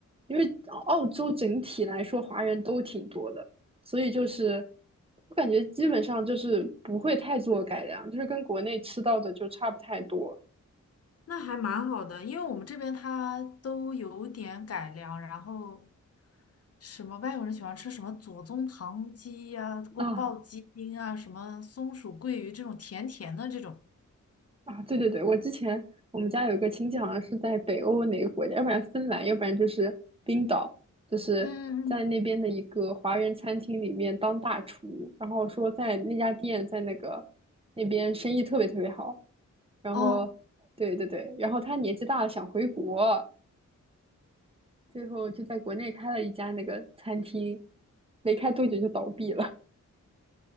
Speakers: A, on the right; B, on the left.
A: 因为澳洲整体来说华人都挺多的，所以就是我感觉基本上就是不会太做改良，就是跟国内吃到的就差不太多
B: 那还蛮好的，因为我们这边它都有点改良，然后什么外国人喜欢吃什么左宗棠鸡呀、宫爆鸡丁啊、
A: 啊。
B: 什么松鼠桂鱼这种甜甜的这种。
A: 啊，对对对，我之前我们家有一个亲戚，好像是在北欧哪个国家，要不然芬兰，要不然就是冰岛，就是在那边的一个华人餐厅里面当大厨，
B: 嗯嗯，嗯
A: 然后说在那家店在那个那边生意特别特别好，然后对对对，
B: 哦，
A: 然后他年纪大了想回国，最后就在国内开了一家那个餐厅，没开多久就倒闭了。